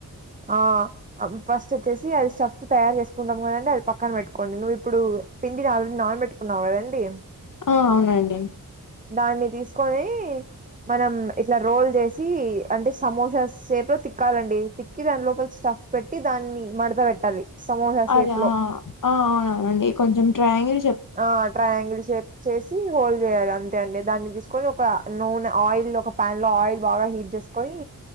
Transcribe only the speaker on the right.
ఆ ఫస్ట్ వచ్చేసి అది స్టఫ్ తయారు చేసుకుంటాం కదండి అది పక్కన పెట్టుకోండి నువ్వు ఇప్పుడు పిండిని ఆల్రెడీ నానబెట్టుకున్నాం కదండీ
దాన్ని తీసుకొని మనం ఇట్లా రోల్ చేసి అంటే సమోసా సేపులో తిక్కాలండి తిక్కి దాని లోపల స్టఫ్ పెట్టి దాన్ని మడత పెట్టాలి సమోసా షేప్
లో
ఆ ట్రయాంగిల్ షేప్ చేసి హోల్డ్ చేయాలి అంతే అండి దాన్ని కొని ఒక నూనె ఆయిల్ ఒక ప్యాన్ లో ఆయిల్ బాగా హీట్ చేసుకొని